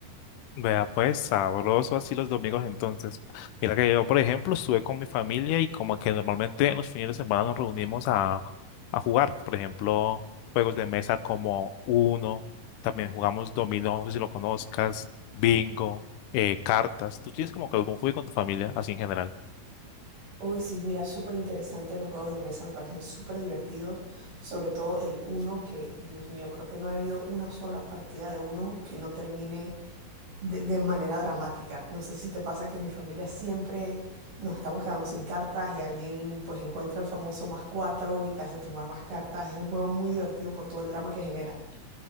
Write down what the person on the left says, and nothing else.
Vea, pues sabroso así los domingos entonces. Mira que yo, por ejemplo, estuve con mi familia y como que normalmente los fines de semana nos reunimos a, a jugar, por ejemplo, juegos de mesa como Uno, también jugamos dominó, no sé si lo conozcas, bingo, eh, cartas. ¿Tú tienes como que algún juego con tu familia así en general?